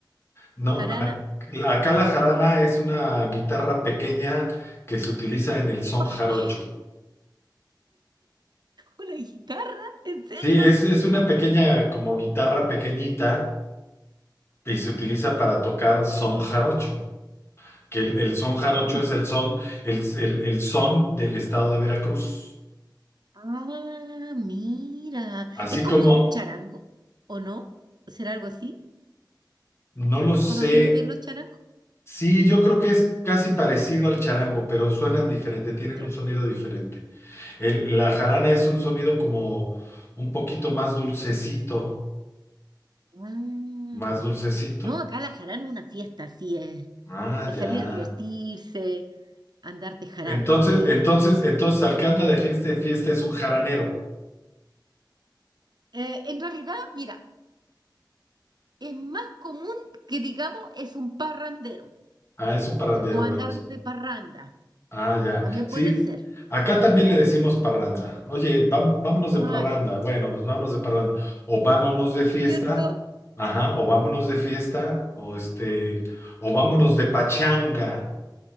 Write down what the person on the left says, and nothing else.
No,
a- acá la jarana es una guitarra pequeña que se utiliza en el
son jarocho.
Sí, es, es una pequeña, como guitarra pequeñita y se utiliza para tocar son jarocho. Que el, el son jarocho
es
el son, el, el, el son del estado de Veracruz.
Así
como,
no lo sé
Sí, yo creo que es casi parecido al charango, pero suenan diferente, tienen
un sonido diferente. El- la jarana es un sonido como un poquito más dulcecito,
más dulcecito.
Ah,
ya.
Entonces,
entonces, entonces, al que anda de fiesta en fiesta es un jaranero.
Ah, es un parrandero,
bueno,
sí.
Ah, ya.
Sí,
acá también le decimos parranda. Oye, vam- vámonos de
parranda.
Bueno, pues vámonos de parranda. O vámonos de fiesta.
Ajá, o vámonos de fiesta. O este, o vámonos de pachanga.